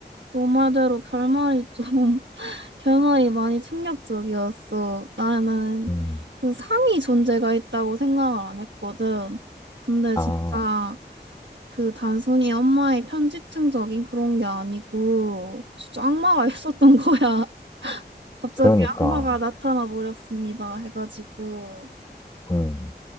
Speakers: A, on the right (about 85°); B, on the left (about 20°).
A: 너 말대로 결말이 좀 결말이 많이 충격적이었어. 나는
B: 음.
A: 그 상이 존재가 있다고 생각을 안 했거든. 근데
B: 아.
A: 진짜
B: 음.
A: 그 단순히 엄마의 편집증적인 그런 게 아니고 진짜 악마가 <laughs> 있었던 거야. 갑자기
B: 그러니까,
A: 악마가 나타나 버렸습니다. 해가지고
B: 음,